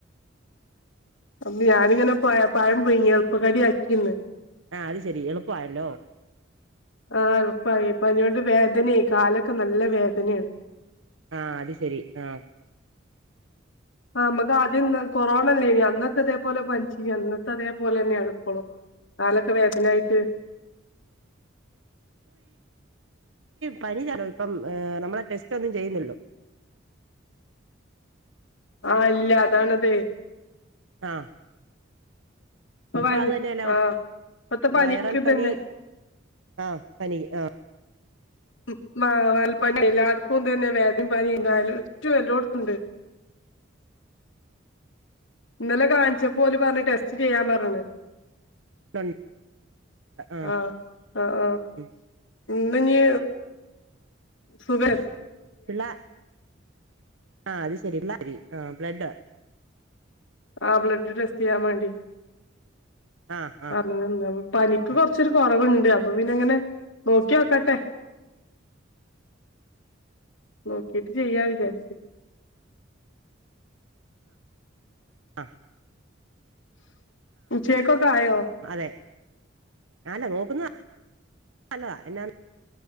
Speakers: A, on the left (about 75°); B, on the right (about 85°).
A: അ ഞാനിങ്ങനെ പ പഴം പുയ്ങ്ങി എളുപ്പക്കടി ആക്കിന്ന്
B: ആ അത് ശെരി എളുപ്പായല്ലോ
A: ആ എൾപ്പായി പനിയൊണ്ടേ വേദനെ കാലൊക്കെ നല്ല വേദനേണ്
B: ആ അത് ശെരി ആ
A: ആ മ്മക്ക് ആദ്യം കൊറോണ അല്ലേന്യോ അന്നൊക്കെ ഇതേപോലെ പനിച്ചിനി അന്നത്തെ അതേപോലെ തന്നെയാണ് ഇപ്പളും കാലൊക്കെ വേദനായിട്ട്
B: പനി ജലോ ഇപ്പം നമ്മ ടെസ്റ്റോന്നും ചെയ്യുന്നില്ലല്ലോ
A: ആ ഇല്ല അതാണതെ
B: ആ ഇപ്പൊ
A: ഭയ
B: അത് തന്നെയല്ല
A: ആഹ് ഇപ്പത്തെ പനിക്ക്
B: വയറൽ പനി
A: തന്നെ
B: ആ പനി ആ
A: ഉം മ - ൽപ്പനി എല്ലാവർക്കും തന്നെ വേദനിം പനിയും കാലും റ്റും എല്ലോട്ത്തുംണ്ട് ഇന്നലെ കാണ്ച്ചപോല് പറഞ്ഞ് ടെ സ്റ്റ്ചെയ്യാൻ പറഞ്ണ്
B: ഉണ്ട് ആഹ്
A: ആ ആ ആ
B: ഉം
A: ന്ന് ഞ്ഞ് സുഖേ
B: ള്ള ആ അത് ശരി ള്ള ശരി ആ ബ്ലഡാ
A: ആ ബ്ലഡ് ടെസ്റ്റ ചെയ്യാൻ വേണ്ടി
B: ആഹ് ആഹ്
A: പറഞ്ഞ്ണ്ടാവും പനിക്ക്
B: ആഹ്
A: കൊറച്ചു ഒരു കൊർവുണ്ട് അപ്പൊ പിന്നെങ്ങനെ നോക്ക്യോക്കട്ടെ നോക്കിട്ട് ചെയ്യാ വിചാരിച്
B: അ
A: ഉച്ചക്കൊക്കെ ആയോ
B: അതെ അല്ല നോക്കുന്നത് നല്ലതാ എന്നാന്ന്